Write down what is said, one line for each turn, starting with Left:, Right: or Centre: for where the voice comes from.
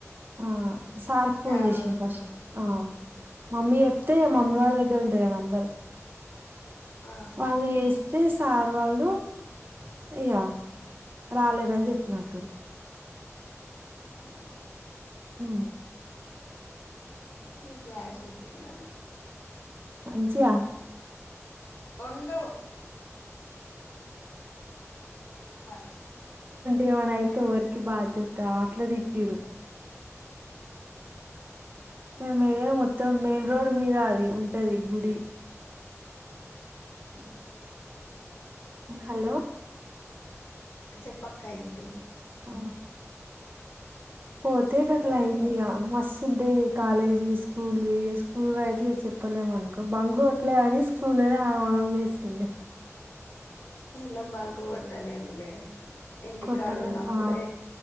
Right: ఆ సార్కి
Left: సార్
Right: ఫోన్ చేసింది
Left: వాళ్ళకి
Right: ఫస్ట్
Left: ఫోన్
Right: ఆ మమ్మీ చెప్తే
Left: ఆ
Right: మమ్మ వాళ్ళ దగ్గర ఉంటు కదమ్మ బర్
Left: ఆ
Right: వాళ్ళు చే చే సారు వాళ్ళు అయ్యా రాలేరాని చెప్ప చిక్నాటూరు
Left: ఆహా
Right: ఆ
Left: ఏన్న న కలా చికడా
Right: మంచించియా
Left: ఉండు ఏవు మరి
Right: ఏమన అయితే ఎవరికి బాధ్యత అట్లా తితరు
Left: ఆ హా
Right: మేము ఎడ మొత్తం మెయిన్ రోడ్ మీద అది ఉంటది గుడి
Left: ఆఓ హ
Right: హలో
Left: జబక్క ఇన్
Right: ఆ పోతే కట్టలాయిందంది
Left: అయ్యో
Right: ఆ మస్తు ఉంటే కాలేజ్వి స్కూల్ ఇ స్కూల్ అయితే ఇక చెప్పలేము అనుకో బంగ కొట్లే అని స్కూల్నే ఆ చేస్తుండే
Left: స్కూ లో బంకు కొట్టాలంలే ఇంటికాడు
Right: కొట్టలేం
Left: ఉన్నప్పుడే
Right: ఆ